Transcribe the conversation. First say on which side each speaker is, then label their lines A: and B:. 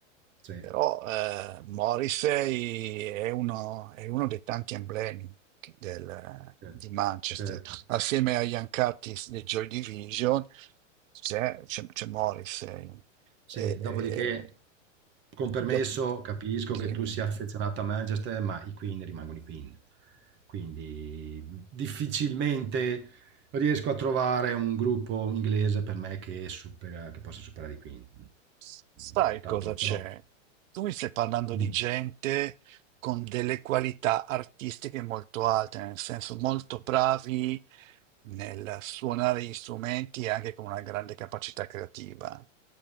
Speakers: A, on the right; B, on the right.
A: sì,
B: Però eh, Morrissey è uno, è uno dei tanti emblemi che- del-
A: certo,
B: di Manchester.
A: certo.
B: Assieme agli Ancartis dei Joy Division c'è, c'è, c'è Morrissey.
A: Sì,
B: E-
A: dopodiché,
B: e-
A: con permesso,
B: dop-
A: capisco
B: dimmi.
A: che tu sia affezionato a Manchester, ma i Queen rimangono i Queen. Quindi mh, difficilmente riesco a trovare un gruppo inglese per me che supera, che possa superare i Queen.
B: S- Sai
A: Mm, È stato
B: cosa c'è?
A: troppo.
B: Tu mi stai parlando
A: Mm,
B: di gente con delle qualità artistiche molto alte, nel senso molto bravi nel suonare gli strumenti e anche con una grande capacità creativa.